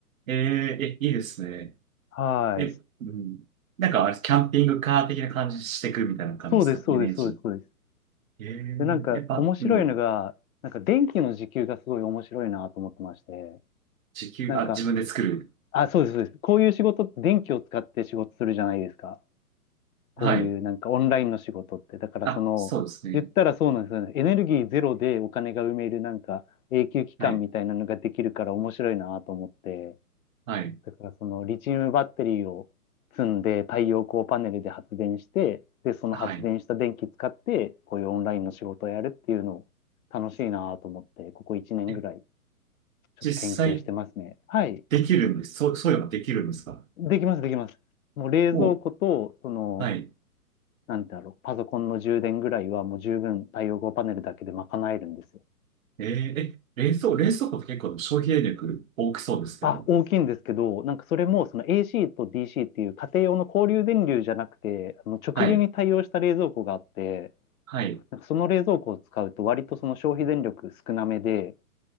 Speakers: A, on the right (about 60°); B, on the left (about 65°).
A: えー、え、いいですね。
B: はい。
A: え、うん。なんかあれ、キャンピングカー的な感じしてくみたいな感じですか、
B: そうです、そうです、
A: イメージ。
B: そうです、そうです。
A: えー、
B: で、なんか面白いのが、
A: やっぱ、うん。
B: なんか電気の時給がすごい面白いなと思ってまして、
A: 時給、
B: なんか、
A: あ、自分で作る。
B: あ、そうです、そうです。こういう仕事って電気を使って仕事するじゃないですか。こういうなんかオンラインの仕事って。
A: はい。
B: だからその、
A: あ、そうですね。
B: 言ったらそうなんですよね。エネルギーゼロでお金が埋めるなんか永久期間みたいなのができるから面白いなと思って。
A: はい、はい、
B: だからそのリチウムバッテリーを積んで太陽光パネルで発電して、で、その発電した電気使って、
A: はい。
B: こういうオンラインの仕事をやるっていうのを楽しいなと思って、ここ1年ぐらい
A: え
B: ちょっと研究してますね。
A: 実際
B: はい。
A: できるんです。そう、そういうのができるんですか
B: できます、できます。もう冷蔵庫と、
A: も
B: その、
A: う、はい。
B: なんてだろう、パソコンの充電ぐらいはもう十分太陽光パネルだけで賄えるんですよ。
A: えー、え、冷蔵、冷蔵庫って結構消費電力大きそうですけど。
B: あ、大きいんですけど、なんかそれもその AC と DC っていう家庭用の交流電流じゃなくて、あの直流に対応した冷蔵庫があって、
A: はい。はい。
B: なんかその冷蔵庫を使うと割とその消費電力少なめで